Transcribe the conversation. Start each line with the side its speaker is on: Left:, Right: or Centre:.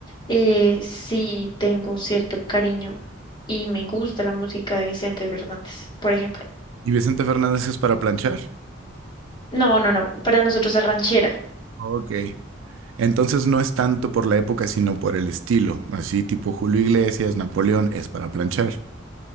Left: eh, sí tengo cierto cariño y me gusta la música de Vicente Fernández, por ejemplo.
Right: ¿Y Vicente Fernández es para planchar?
Left: No, no, no, para nosotros es ranchera.
Right: Ok. Entonces no es tanto por la época, sino por el estilo, así tipo Julio Iglesias, Napoleón, es para planchar.